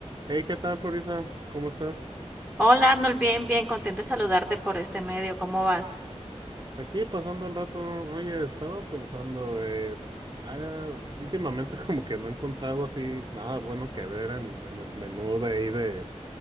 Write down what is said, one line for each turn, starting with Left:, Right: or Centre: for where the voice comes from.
Right: Hey, ¿qué tal, Florisa? ¿Cómo estás?
Centre: Hola Arnold, bien, bien, contenta de saludarte por este medio. ¿Cómo vas?
Right: Aquí pasando el rato, oye, estaba pensando, eh, ah, últimamente <laughs> como que no he encontrado así nada bueno que ver en, en el menú de ahí de,